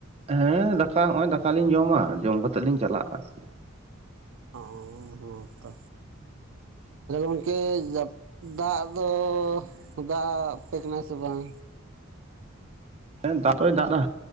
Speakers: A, on the right; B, on the right.
A: ᱦᱮᱸ ᱫᱟᱠᱟ ᱦᱚᱜᱼᱚᱭ ᱫᱟᱠᱟ ᱞᱤᱧ ᱡᱚᱢᱟ ᱡᱚᱢ ᱠᱟᱛᱮᱜ ᱞᱤᱧ ᱪᱟᱞᱟᱜᱼᱟ ᱾ ᱟᱨᱠᱤ
B: ᱚᱸ ᱦᱸ ᱛᱚ᱾ ᱟᱫᱚ ᱜᱚᱝᱠᱮ ᱡᱟᱯ ᱫᱟᱜ ᱫᱚ ᱫᱟᱜ ᱟᱯᱮ ᱠᱟᱱᱟ ᱥᱮ ᱵᱟᱝ?
A: ᱦᱮᱸ ᱫᱟᱜ ᱫᱚᱭ ᱫᱟᱜ ᱫᱟ